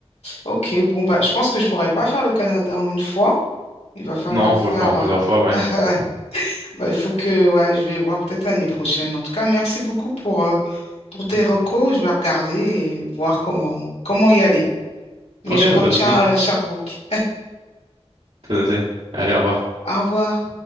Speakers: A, on the left; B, on the right.
A: ok, bon, bah, je pense que je pourrais pas faire le Canada en une fois, il va falloir
B: Non, faut
A: faire...
B: le faire en plusieurs
A: euh,
B: fois, ouais.
A: <laughs> bah, il faut que, ouais, je vais voir peut-être l'année prochaine. En tout cas, merci beaucoup pour, euh, pour tes recos, je vais regarder et voir comment, comment y aller. Mais
B: Ok,
A: je
B: bah,
A: retiens
B: pas de souci.
A: euh, Sherbrooke.
B: T'as noté. Allez, au revoir.
A: Au revoir.